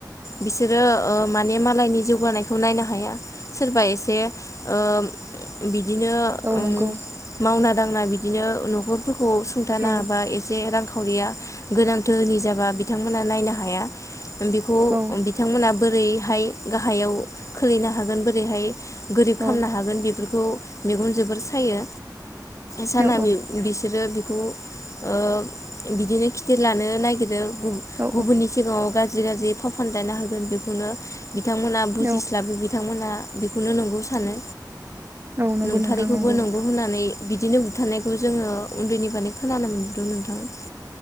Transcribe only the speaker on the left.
बिसोरो ओ माने मालायनि जौगानायखौ नायनो हाया। सोरबा एसे ओ बिदिनो
उम
मावना दांना बिदिनो न'खर फोरखौ सुंथानो
हाबा एसे रां खावरिया गोनां दोहोनि जाबा बिथांमोना नायनो हाया बेखौ
बिथांमोना बोरैहाय गाहायाव खोलैनो हागोन बोरैहाय गोरिब खालामनो
हागोन बेफोर बेखौ मेगन जोबोर सायो सानाभिव
बिसोरो बेखौ ओ बिदिनो खिथिर लानो नागिरो
गुबुननि सिगाङाव गा जि गाजि फाव फानदायना होगोन बेखौनो बिथांमोना बुजिस्लाबो
बिथांमोना बेखौनो नंगौ सानो
नंथारैखौबो
नोंगौ होननानै बिदिनो बुथारनाय खौ जोङो उन्दैनिफ्रायनो खोनानो मोनबोदों नोंथां।